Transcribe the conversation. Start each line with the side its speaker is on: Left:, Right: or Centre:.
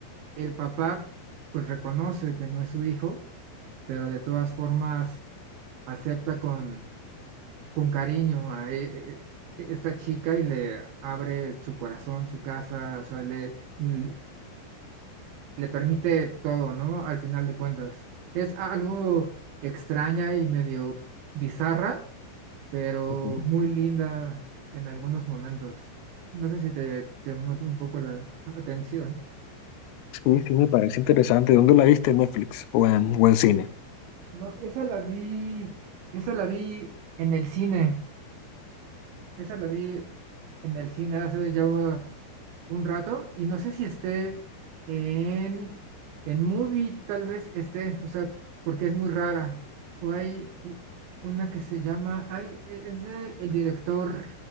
Right: el papá pues reconoce que no es su hijo, pero de todas formas acepta con con cariño a e- e- e, esta chica y le abre su corazón, su casa, o sea, le, le le permite todo, ¿no? Al final de cuentas. Es algo extraña y medio bizarra, pero
Left: Ujú.
Right: muy linda en algunos momentos. No sé si te llamó un poco la atención.
Left: Sí, sí, me parece interesante. ¿Dónde la viste? ¿En Netflix o en, o en cine?
Right: No, esa la vi, esa la vi en el cine. Esa la vi en el cine hace ya un rato y no sé si esté en, en Movie, tal vez esté, o sea, porque es muy rara. O hay u- una que se llama, ay, e- es de el director